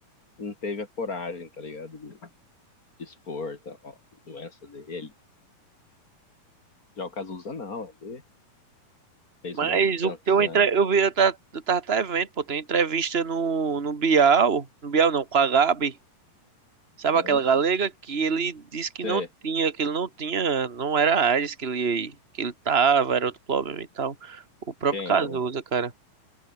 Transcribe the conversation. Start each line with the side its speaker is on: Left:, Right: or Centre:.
Left: não teve a coragem, tá ligado? De, de expor tá, ó, a doença dele. Já o Cazuza não, ele fez
Right: Mas
Left: um monte de canção.
Right: o que eu entre... eu vi, eu tava, eu tava até vendo, pô, tem entrevista no, no Bial, no Bial não, com a Gabi, sabe
Left: né?
Right: aquela galega que ele disse que
Left: Você,
Right: não tinha, que ele não tinha, não era a AIDS que ele, que ele tava, era outro problema e tal. O próprio
Left: quem?
Right: Cazuza,
Left: o-
Right: cara.